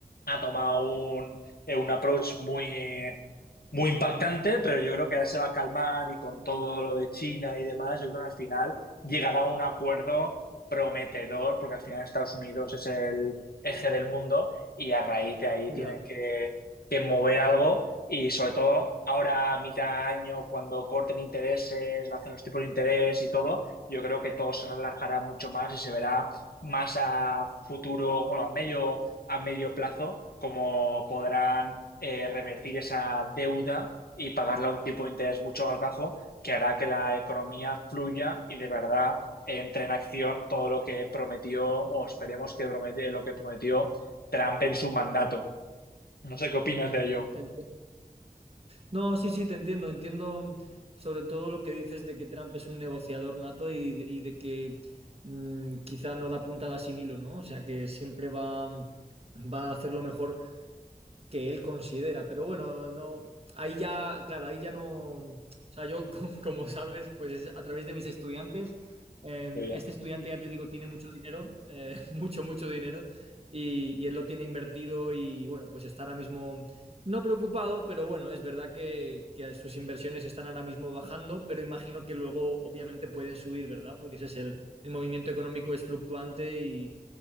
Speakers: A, on the left; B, on the right.
A: ha tomado un, eh, un approach muy, muy impactante, pero yo creo que ahora se va a calmar y con todo lo de China y demás, yo creo que al final llegará a un acuerdo prometedor, porque al final Estados Unidos es el eje del mundo y a raíz de ahí
B: ya,
A: tienen que, que mover algo y sobre todo ahora, a mitad de año, cuando corten intereses, bajen los tipos de interés y todo, yo creo que todo se relajará mucho más y se verá más a futuro, bueno, a medio, a medio plazo, cómo podrán eh, revertir esa deuda y pagarla a un tipo de interés mucho más bajo, que hará que la economía fluya y de verdad entre en acción todo lo que prometió, o esperemos que promete lo que prometió
B: mm,
A: Trump en su mandato. No sé qué opinas
B: mm,
A: de ello.
B: te entiendo. No, sí, sí, te entiendo. Entiendo mm, sobre todo lo que dices de que Trump es un negociador nato y, de y de que mm, quizá no da puntada sin hilo, ¿no? O sea, que siempre va, mm, va a hacer lo mejor que él considera, pero bueno, no, ahí ya, claro, ahí ya no, o sea, yo, <laughs> como como sabes, pues es a través de mis estudiantes, eh,
A: Qué bien.
B: este estudiante, ya te digo, tiene mucho dinero, eh, <laughs> mucho, mucho dinero, y, y él lo tiene invertido y bueno, pues está ahora mismo no preocupado, pero bueno, es verdad que, que sus inversiones están ahora mismo bajando, pero imagino que luego obviamente pueden subir, ¿verdad? Porque ese es el, el movimiento económico es fluctuante y